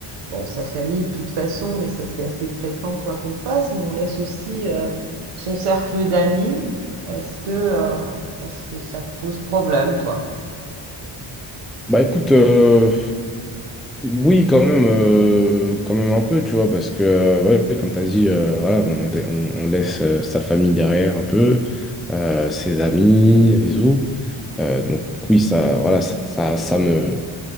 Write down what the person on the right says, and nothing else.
bon, sa famille de toute façon, mais ça c'est assez fréquent quoi qu'on fasse, mais on laisse aussi euh, son cercle d'amis. Est-ce que, euh, est-ce que ça te pose problème, toi?